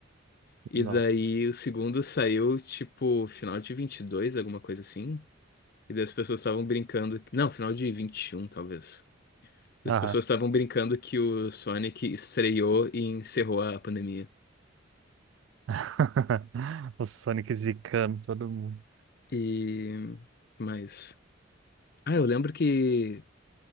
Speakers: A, on the left (about 55°); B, on the right (about 75°).
A: E
B: Nossa.
A: daí o segundo saiu, tipo, final de 22 alguma coisa assim. E daí as pessoas estavam brincando. Não, final de 21 talvez. As
B: Aham.
A: pessoas estavam brincando que o Sonic estreou e encerrou a pandemia.
B: <laughs> O Sonic zicando todo mundo.
A: E. Mas. Ah, eu lembro que